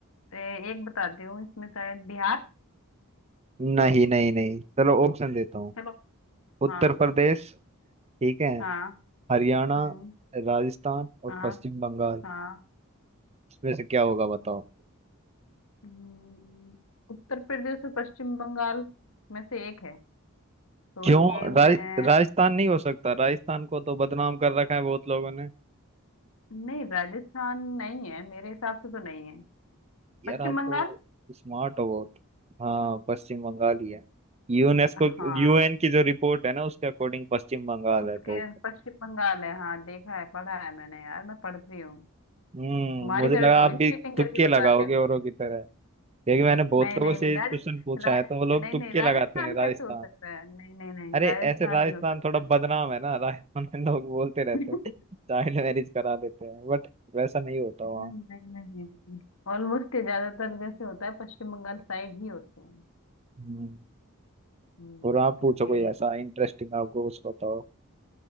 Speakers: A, on the left; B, on the right.
A: ए, एक बताती हूँ इसमें शायद बिहार
B: नहीं नहीं नहीं चलो ऑप्शन देता हूँ
A: चलो
B: उत्तर
A: हाँ
B: प्रदेश ठीक है
A: हाँ
B: हरियाणा
A: हम्म
B: राजस्थान और
A: हाँ
B: पश्चिम बंगाल
A: हाँ
B: इसमें से क्या होगा बताओ
A: हम्म, उत्तर प्रदेश और पश्चिम बंगाल में से एक है तो
B: क्यों
A: ये मैं
B: राज, राजस्थान नहीं हो सकता राजस्थान को तो बदनाम कर रखा है बहुत लोगों ने
A: नहीं राजस्थान नहीं है मेरे हिसाब से तो नहीं है
B: यार
A: पश्चिम
B: आप
A: बंगाल
B: तो स्मार्ट हो बहुत हाँ पश्चिम बंगाल ही है यूनेस्को
A: हाँ
B: यूएन की जो रिपोर्ट है ना उसके अकॉर्डिंग पश्चिम बंगाल
A: उसके
B: है टॉप
A: पश्चिम बंगाल है हाँ देखा है पढ़ा है मैंने यार मैं पढ़ती हूँ
B: हम्म
A: तुम्हारी
B: मुझे
A: तरह
B: लगा
A: थोड़ी
B: आप
A: चीटिंग
B: भी तुक्के
A: करके
B: लगाओगे
A: बताती हूँ
B: औरों की तरह क्योंकि मैंने बहुत
A: नहीं
B: लोगों
A: नहीं
B: से
A: नहीं राज,
B: क्वेश्चन पूछा
A: रा,
B: है तो वो लोग
A: नहीं
B: तुक्के
A: नहीं राजस्थान
B: लगाते हैं राजस्थान
A: कैसे हो सकता है नहीं नहीं नहीं
B: अरे
A: राजस्थान
B: ऐसे राजस्थान
A: नहीं हो सकता
B: थोड़ा बदनाम है ना राजस्थान में लोग बोलते रहते
A: <laughs>
B: हैं <laughs> चाइल्ड मैरिज करा देते हैं बट वैसा नहीं होता
A: नहीं
B: वहाँ
A: नहीं नहीं ऑलमोस्ट ये ज्यादातर जैसे होता है पश्चिम बंगाल साइड ही होते हैं
B: हम्म।
A: हम्म
B: और आप पूछो
A: ओके
B: कोई ऐसा इंटरेस्टिंग आपको कुछ बताओ